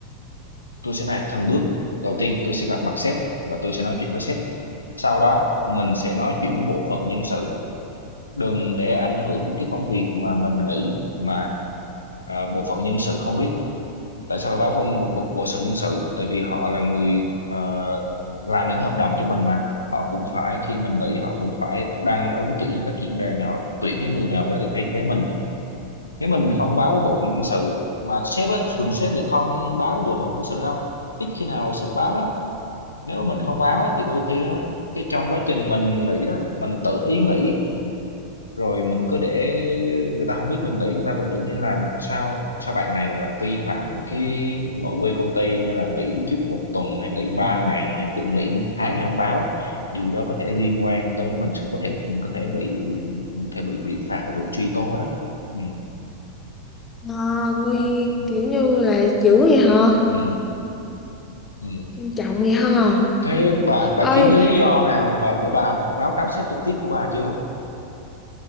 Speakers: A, on the left; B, on the left.
A: tôi sẽ này thần bước đầu tiên tôi sẽ gặp mặt sếp và tôi sẽ nói chuyện với sếp sau đó mình sẽ nói chuyện với bộ phận nhân sự đừng để ảnh hưởng cái công việc mà mình nghĩ mà à, bộ phận nhân sự không biết tại sao phải báo phong bộ, bộ, bộ sự nhân sự tại vì họ là người ờ, làm những hợp đồng cho mình mà họ cũng phải khi mình nghỉ họ cũng phải đăng ứng tuyển các diễn đàn để họ tuyển cái người nào đó để thay thế mình nếu mình không báo bộ phận nhân sự mà sếp á, thường sếp thì không báo bộ phận nhân sự đâu ít khi nào sếp báo lắm nếu mà mình không báo á, thì đôi khi á, cái trong quá trình mình nghỉ đó mình tự ý nghỉ rồi mình cứ để người ta không biết mình nghỉ người ta vẫn nghĩ mình đi làm sao sao bạn này là vi phạm cái nội quy công ty như là nghỉ trước một tuần hay nghỉ ba ngày hay cứ nghỉ một tháng thì không báo á. điều đó có thể liên quan tới mình có thể mình có thể bị mình có thể bị bị phạt bị truy tố đó ừ
B: à, nguy
A: Ừ.
B: kiểu như là dữ vậy hả
A: ừ ừ
B: nghiêm trọng vậy hả
A: thế bà bà
B: ơi
A: kiếm cái lý do nào mà để bà báo cáo sếp trực tiếp của bà chưa